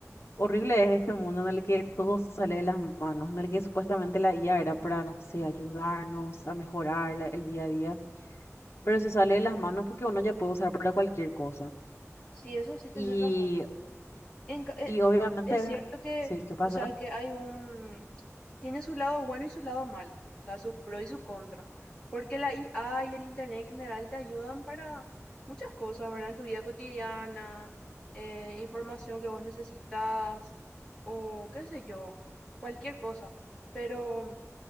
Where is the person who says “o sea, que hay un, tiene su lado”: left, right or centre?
Left